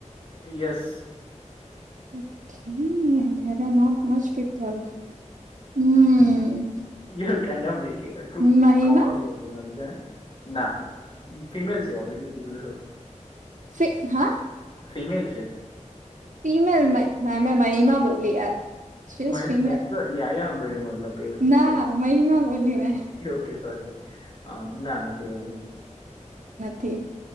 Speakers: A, on the left; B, on the right.
A: Yes.
B: Okay there are not much people. હમ
A: ય કો બનાું છે <unintelligible>
B: મહિમા
A: ના ફિમેલ છે ઓલરેડી મે કીધું તો ખરું.
B: સે હા?
A: ફિમેલ છે
B: ફીમેલ મે મહિમા બોલી યાર. She
A: Mahi
B: is female
A: May તો યાયા મ બોલ્યો મતલબ. એ
B: ના
A: લાઈક
B: મહિમા બોલી મેં.
A: ઓકે સોરી સોરી ના ના એ નથી.
B: થી